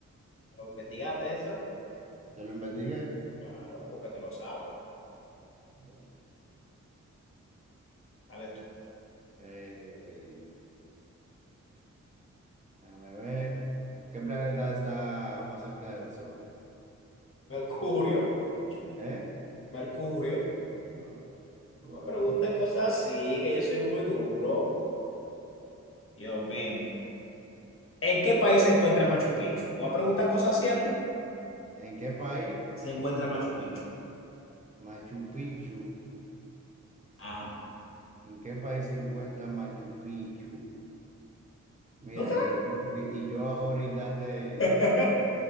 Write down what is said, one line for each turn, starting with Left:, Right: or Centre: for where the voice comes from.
Left: ¿Lo investigaste eso?
Right: Ya lo investigué.
Left: Claro, porque te lo sabes.
Right: Ya.
Left: Dale tú.
Right: Eh, déjame ver. ¿Qué planeta está más cerca del Sol?
Left: Mercurio, concha.
Right: ¿Eh?
Left: Mercurio.
Right: Ah, bueno.
Left: No me preguntes cosas así, que yo soy muy duro. Dios mío. ¿En qué país se encuentra Machu Picchu? Te voy a preguntar cosas así a ti.
Right: ¿En qué país?
Left: Se encuentra Machu Picchu.
Right: Machu Picchu.
Left: Ajá.
Right: ¿En qué país se encuentra Machu Picchu? Mira,
Left: No te
Right: y yo, y y yo ahorita te,
Left: la...